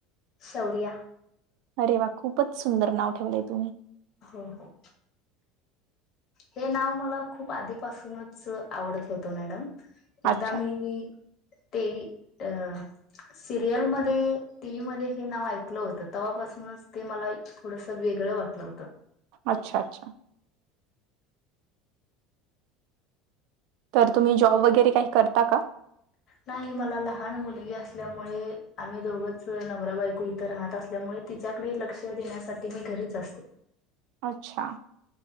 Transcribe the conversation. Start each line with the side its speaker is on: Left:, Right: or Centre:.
Left: शौर्या.
Right: अरे! वा खूपच सुंदर नाव ठेवलेय तुम्ही?
Left: हो हो. हे नाव मला खूप आधी पासूनच आवडत होतं मॅडम. एकदा
Right: अच्छा
Left: मी ते अ सिरियल मध्ये टीव्ही मध्ये हे नाव ऐकलं होतं, तेव्हा पासूनच ते मला थोडसं वेगळं वाटलं होतं.
Right: अच्छा अच्छा! तर तुम्ही जॉब वगैरे काही करता का?
Left: नाही मला लहान मुलगी असल्यामुळे आम्ही दोघंच नवरा बायकू इथं राहत असल्यामुळे, तिच्याकडे लक्ष देण्यासाठी मी घरीच असते.
Right: अच्छा!